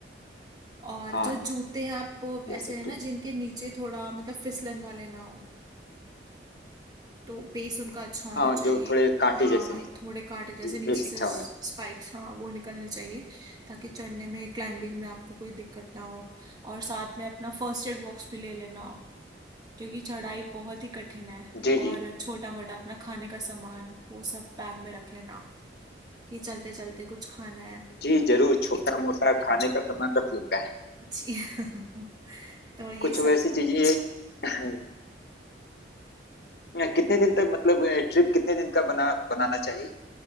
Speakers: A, on the right; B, on the left.
A: और
B: हाँ
A: जो जूते हैं आप वो
B: यह
A: ऐसे
B: सब
A: है ना
B: तो
A: जिनके नीचे थोड़ा मतलब फिसलन वाले ना हो तो बेस उनका अच्छा होना
B: हाँ
A: चाहिए
B: जो थोड़े कांटे
A: हाँ
B: जैसे नहीं
A: थोड़े कांटे जैसे
B: जी
A: नीचे
B: ये
A: से
B: अच्छा
A: स्पाइक्स
B: वाला
A: हाँ वो निकलने चाहिए ताकि चढ़ने में क्लाइंबिंग में आपको कोई दिक्कत ना हो और साथ में अपना फर्स्ट एड बॉक्स भी ले लेना क्योंकि चढ़ाई बहुत ही कठिन है
B: जी
A: और
B: जी
A: छोटा मोटा अपना खाने का सामान वो सब बैग में रख लेना कि चलते चलते कुछ खाना है
B: जी जरूर छोटा मोटा खाने का सामान रख लूंगा
A: जी <laughs> तो ये
B: कुछ
A: सब
B: वैसी चीजें <laughs> कितने दिन तक मतलब ट्रिप कितने दिन का बना बनाना चाहिए